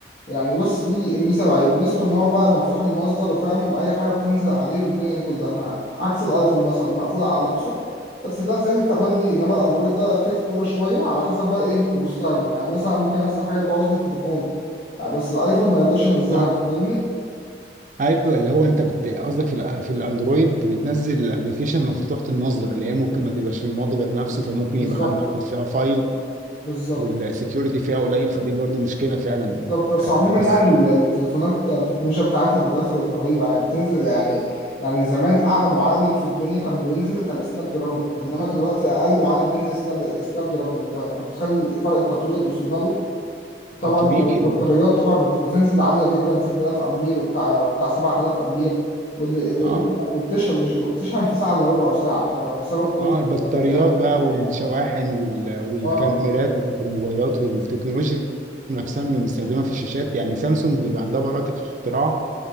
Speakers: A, on the left; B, on the right.
A: يعني بص ليه ميزه وعيب ميزته ان هو بقى مفتوح المصدر وفاهم اي حاجه بتنزل عليه والدنيا دي كلها عكس الايفون مثلا مقفول على نفسه بس ده زياده امل لي انما الاندرويد ده فيه خطوره شويه على حسب بقى ايه المستخدم يعني مثلا ممكن انزل حاجه تبوظ لي التليفون يعني بس الايفون ما يرضاش ينزلها
B: صح
A: أنت فاهمني؟
B: ايوه اللي هو انت بت- قصدك في الأ- في الاندرويد بتنزل الابلكيشن مفتوحه المصدر اللي هي ممكن ما تبقاش من المصدر نفسه فممكن
A: بالظبط
B: يبقى حد حاطط فيها فايل
A: بالظبط
B: والسكيورتي فيها قليل فدي برضو مشكله فعلا
A: بالظبط بس عموما
B: آه، بس
A: يعني ال- التليفونات التكنولوجيا بتاعتها دلوقتي بقت رهيبة يعني بتنزل يعني يعني زمان أعلى معالج في الدنيا كان بينزل كان سناب دراجون إنما دلوقتي أقل معالج بينزل سناب, سناب دراجون أنت أنت متخيل فرق التطوير اللي وصلنا له طبعا
B: كبير
A: البطاريات طبعا بت- بتنزل عالية جدا 6000 أمبير وبتاع وبتاع 7000 أمبير واللي و-
B: اه
A: و- وبتشحن وبتشحن في ساعة إلا ربع ساعة طبعا بسبب قوة
B: اه
A: ال-
B: البطاريات
A: بتاعها.
B: بقى والشواحن وال... والكاميرات
A: اه
B: بتاعت الموبايلات والتكنولوجيا نفسها اللي مستخدمه في الشاشات يعني سامسونج بيبقى عندها براءة اختراع